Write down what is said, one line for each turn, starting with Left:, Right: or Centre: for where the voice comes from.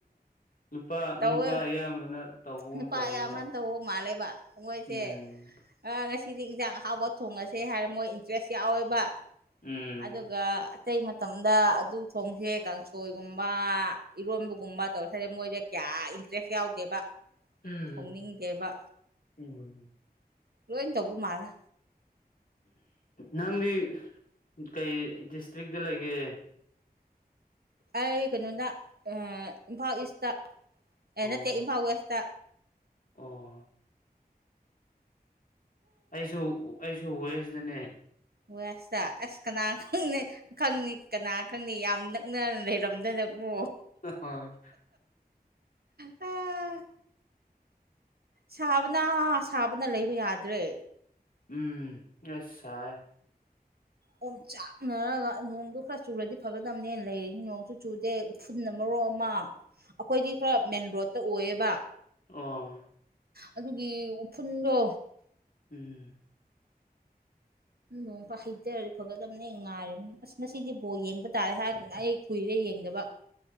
Left: ꯅꯨꯄꯥ
Right: ꯇꯧꯋꯦ
Left: ꯅꯨꯄꯥ ꯑꯌꯥꯝꯕꯅ ꯇꯧꯕꯒꯨꯝ
Right: ꯅꯨꯄꯥ
Left: ꯇꯧꯋꯦ
Right: ꯑꯌꯥꯝꯕꯅ
Left: ꯍꯣꯏ
Right: ꯇꯧꯕ ꯃꯥꯜꯂꯦꯕ ꯃꯣꯏꯁꯦ
Left: ꯎꯝ
Right: ꯑꯥ ꯉꯁꯤꯗꯤ ꯏꯟꯖꯥꯡ ꯑꯍꯥꯎꯕ ꯊꯣꯡꯉꯁꯦ ꯍꯥꯏꯔ ꯃꯣꯏ ꯏꯟꯇꯔꯦꯁ ꯌꯥꯎꯋꯦꯕ
Left: ꯎꯝ
Right: ꯑꯗꯨꯒ ꯑꯇꯩ ꯃꯇꯝꯗ ꯑꯗꯨ ꯊꯣꯡꯁꯦ ꯀꯥꯡꯁꯣꯏꯒꯨꯝꯕ ꯏꯔꯣꯟꯕꯒꯨꯝꯕ ꯇꯧꯊꯔꯦ ꯃꯣꯏꯁꯦ ꯀꯌꯥ ꯏꯟꯇꯔꯦꯁ ꯌꯥꯎꯗꯦꯕ
Left: ꯎꯝ
Right: ꯊꯣꯡꯅꯤꯡꯗꯦꯕ
Left: ꯎꯝ
Right: ꯂꯣꯏ ꯇꯧꯕ ꯃꯥꯜꯂꯦ
Left: ꯅꯪꯗꯤ ꯀꯩ ꯗꯤꯁꯇ꯭ꯔꯤꯛꯇ ꯂꯩꯒꯦ
Right: ꯑꯩ ꯀꯩꯅꯣꯗ ꯏꯝꯐꯥꯜ ꯏꯁꯇ ꯑꯦ
Left: ꯑꯣ
Right: ꯅꯠꯇꯦ ꯏꯝꯐꯥꯜ ꯋꯦꯁꯇ
Left: ꯑꯣ ꯑꯩꯁꯨ ꯑꯩꯁꯨ ꯋꯦꯁꯗꯅꯦ
Right: ꯋꯦꯁꯇ ꯑꯁ ꯀꯅꯥ ꯈꯪ ꯅꯤ ꯈꯪꯅꯤ ꯀꯅꯥ ꯈꯪꯅꯤ ꯌꯥꯝ ꯅꯛꯅ ꯂꯩꯔꯝꯗꯅꯀꯣ
Left: ꯍꯣꯏ
Right: ꯍꯥ ꯑꯥ ꯁꯥꯕꯅ ꯁꯥꯕꯅ ꯂꯩꯕ ꯌꯥꯗ꯭ꯔꯦ
Left: ꯎꯝ ꯑꯁ ꯁꯥꯏ
Right: ꯑꯣꯝ ꯆꯥꯛꯅꯔꯒ ꯅꯣꯡꯗꯣ ꯈꯔ ꯆꯨꯔꯗꯤ ꯐꯒꯗꯝꯅꯦ ꯂꯩꯔꯤꯅꯤ ꯅꯣꯡꯁꯨ ꯆꯨꯗꯦ ꯎꯐꯨꯟꯅ ꯃꯔꯣꯜ ꯑꯃ ꯑꯩꯈꯣꯏꯗꯤ ꯈꯔ ꯃꯦꯟ ꯔꯣꯗꯠꯇ ꯑꯣꯏꯌꯦꯕ
Left: ꯑꯣ
Right: ꯑꯗꯨꯒꯤ ꯎꯐꯨꯜꯗꯣ
Left: ꯎꯝ
Right: ꯅꯣꯡ ꯍꯩꯇꯔꯗꯤ ꯐꯒꯠꯂꯕꯅꯦ ꯉꯥꯏꯔꯤꯕꯅꯤ ꯑꯁ ꯃꯁꯤꯁꯤꯗꯤ ꯕꯣꯜ ꯌꯦꯡꯕ ꯇꯥꯔꯦ ꯍꯥꯏꯔꯒꯅ ꯑꯩ ꯀꯨꯏꯔꯦ ꯌꯦꯡꯗꯕ <unintelligible>